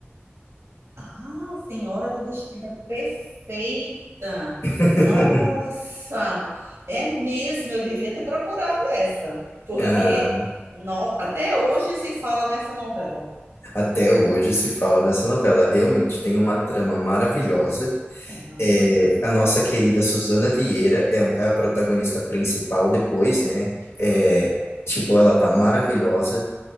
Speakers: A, on the right; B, on the left.
A: Ah, Senhora do Destino é perfeita.
B: <laughs>
A: Nossa, é mesmo. Eu devia ter procurado essa, porque
B: Ah,
A: no- até hoje se fala nessa novela.
B: até hoje se fala nessa novela. Realmente tem uma trama maravilhosa.
A: Maravilhosa.
B: É, a nossa querida Suzana Vieira é, é a protagonista principal depois, né? É, tipo, ela tá maravilhosa.